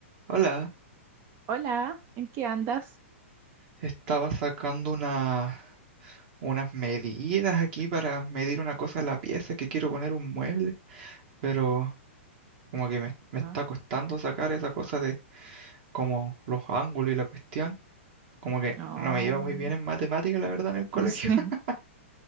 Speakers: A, on the right; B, on the right.
A: Hola,
B: Hola, ¿en qué andas?
A: estaba sacando una, unas medidas aquí para medir una cosa en la pieza que quiero poner un mueble, pero como que me, me
B: No,
A: está costando sacar esa cosa de como los ángulos y la cuestión. Como que
B: no,
A: no me iba muy bien en matemáticas, la verdad, en el colegio.
B: no sé.
A: <laughs>
B: <laughs>